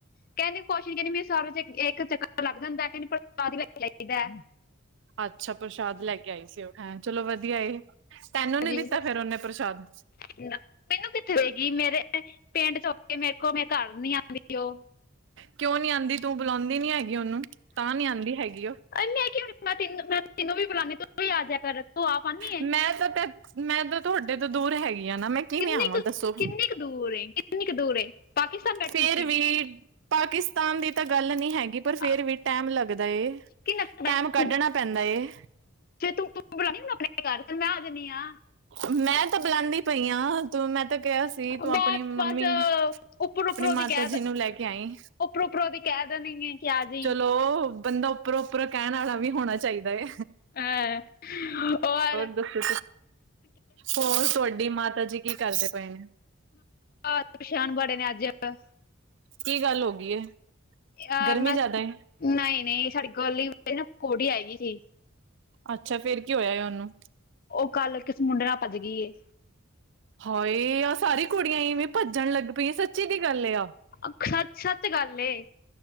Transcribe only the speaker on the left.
ਕਹਿੰਦੀ ਕੁਸ਼ ਨੀ ਕਹਿੰਦੀ, ਮੇ ਸਾਰ 'ਚ ਇੱਕ ਚੱਕਰ ਲੱਗ ਜਾਂਦਾ ਕਹਿੰਦਾ, ਪਰ ਬਾਅਦ ਵਿੱਚ ਜਾਈਦਾ
ਜੀ
ਨਾ,
ਮੈਨੂੰ ਕਿੱਥੇ ਦੇਗੀ, ਮੇਰੇ ਪਿੰਡ ਚੁੱਕ ਕੇ ਮੇਰੇ ਕੋਲ ਮੈਂ ਘਰ ਨੀ ਆਉਂਦੀ ਉਹ
ਮੈਂ ਕਿਉਂ ਨੀ ਬੁਲਾ, ਤਨੂੰ ਮੈਂ ਤੈਨੂੰ ਵੀ ਬੁਲਾਨਦੀ ਤੂੰ ਵੀ ਆ ਜਿਆ ਕਰ। ਤੂੰ ਆਪ ਆਨੀ ਹੈ
ਕਿੰਨੀ
ਕੁ
ਕਿੰਨੀ ਕੁ ਦੂਰ ਹੈ ਕਿੰਨੀ ਕੁ ਦੂਰ ਹੈ ਪਾਕਿਸਤਾਨ ਬੈਠੀ
ਹੈ
ਆ,
ਕਿੰਨਾ ਕੁ
ਬੈ-
ਜੇ ਤੂੰ- ਤੂੰ ਬੁਲਾਨੀ ਹ ਆਪਣੇ ਘਰ, ਤੇ ਮੈਂ ਆ ਜਾਂਦੀ ਆ।
ਬਸ
ਬਸ ਉੱਪਰ
ਦੀ ਕਹਿ ਦ-
ਉੱਪਰੋਂ- ਉੱਪਰੋਂ ਦੀ ਕਹਿ ਦੇਨੀ ਐ, ਕਿ ਆ ਜੀ।
ਆਆ ਹੋਰ
ਰਾਤ ਦੇ ਪਛਾਣ ਬੜੇ ਨੇ ਅੱਜ ਅਪਾਂ
ਆਹ
ਮੈਂ,
ਨਹੀਂ -ਨਹੀਂ ਸਾਡੀ ਗਲੀ 'ਚ ਨਾ ਕੁੜੀ ਹੈਗੀ ਸੀ।
ਓਹ ਕੱਲ, ਕਿਸੀ ਮੁੰਡੇ ਨਾਲ ਭੱਜ ਗੀ ਏ।
ਅ ਸੱਚ, ਸੱਚ ਗੱਲ ਏ।